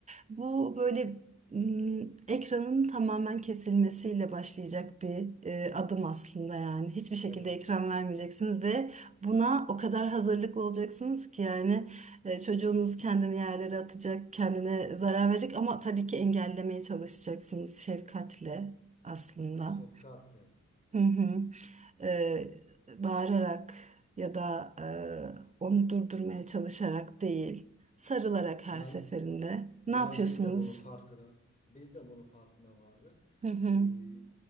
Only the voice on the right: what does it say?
Bu böyle m, ekranın tamamen kesilmesiyle başlayacak bir e, adım aslında yani. Hiçbir şekilde
ekran vermeyeceksiniz ve Buna o kadar hazırlıklı olacaksınız ki yani e, çocuğunuz kendini yerlere atacak, kendine zarar verecek ama tabii ki engellemeye çalışacaksınız şefkatle aslında.
Hı hı. E, bağırarak ya da e, onu durdurmaya çalışarak değil, sarılarak her
seferinde. Ne
yapıyorsunuz?
Hı hı.